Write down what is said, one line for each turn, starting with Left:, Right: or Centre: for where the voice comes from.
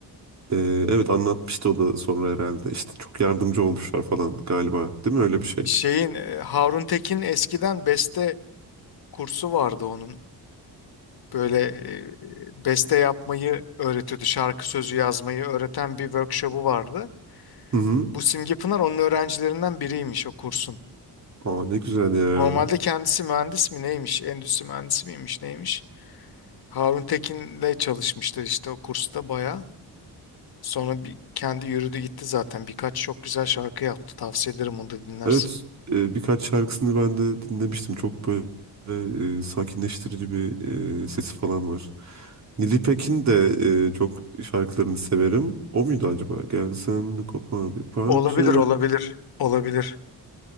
Right: Ee, evet anlatmıştı o da sonra herhalde. İşte çok yardımcı olmuşlar falan galiba. Değil mi? Öyle bir şeydi.
Left: Şeyin e, Harun Tekin eskiden beste kursu vardı onun. Böyle e, e, beste yapmayı öğretiyordu. Şarkı sözü yazmayı öğreten bir workshop'u vardı.
Right: Hı hı.
Left: Bu Simge Pınar onun öğrencilerinden biriymiş o kursun.
Right: Aa ne güzel ya.
Left: Normalde kendisi mühendis mi neymiş? Endüstri mühendisi miymiş neymiş? Harun Tekin'le çalışmışlar işte o kursta bayağı. Sonra bir kendi yürüdü gitti zaten. Birkaç çok güzel şarkı yaptı. Tavsiye ederim onu da dinlersin.
Right: Evet e, birkaç şarkısını ben de dinlemiştim. Çok böyle e, sakinleştirici bir e, sesi falan var. Nili Pekin de e, çok şarkılarını severim. O muydu acaba? Gelsen de kopar bir parça.
Left: Olabilir, olabilir, olabilir.